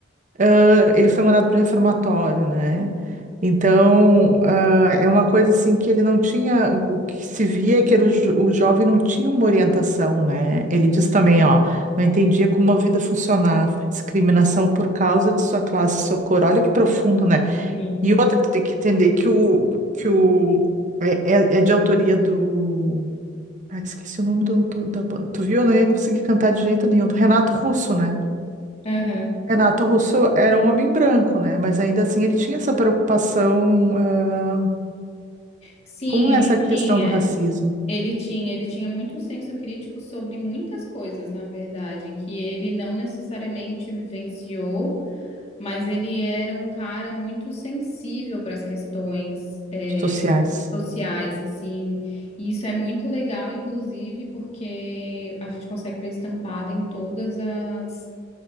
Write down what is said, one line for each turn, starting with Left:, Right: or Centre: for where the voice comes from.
Right: ãh, ele foi mandado pro reformatório, né? Então, ah, é uma coisa assim que ele não tinha, o que se via é que era o, jo- o jovem não tinha uma orientação, né? Ele diz também, ó, não entendia como a vida funcionava, discriminação por causa de sua classe, sua cor, olha que profundo, né?
Left: Sim.
Right: E outra, tu tem que entender que o, que o, é, é- é de autoria do, ah, esqueci o nome do autor da banda, tu viu? Eu não ia conseguir cantar de jeito nenhum, do Renato Russo, né?
Left: Aham.
Right: Renato Russo era um homem branco, né? Mas ainda assim ele tinha essa preocupação ah,
Left: Sim,
Right: Como
Left: ele
Right: é essa
Left: tinha.
Right: questão do racismo,
Left: Ele tinha, ele tinha muito senso crítico sobre muitas coisas, na verdade, que ele não necessariamente vivenciou, mas ele era um cara muito sensível para as questões, é,
Right: dos sociais?
Left: sociais, assim. E isso é muito legal, inclusive, porque a gente consegue ver estampado em todas as,